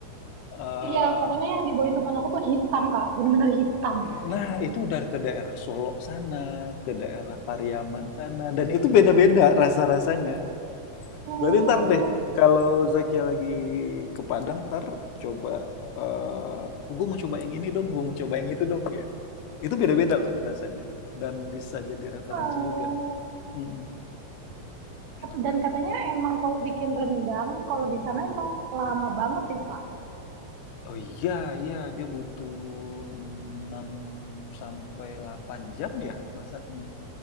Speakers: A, on the left; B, on the right.
A: Eee
B: Iya, pokoknya yang dibawain teman aku tuh hitam, Kak. Bener-bener hitam.
A: Nah, itu udah ke daerah Solo sana, ke daerah Pariaman sana, dan itu beda-beda rasa-rasanya.
B: Oh,
A: Berarti ntar deh, kalau Zakia lagi ke Padang, ntar coba, eh gue mau coba yang ini dong, gue mau coba yang itu dong, gitu. Itu beda-beda loh rasanya, dan bisa jadi referensi
B: alah.
A: juga. Mm-mm, enak.
B: Dan katanya emang kalau bikin rendang, kalau di
A: Mhm.
B: sana emang lama banget ya, Pak?
A: Oh iya, iya, dia butuh 6 sampai 8 jam ya masaknya.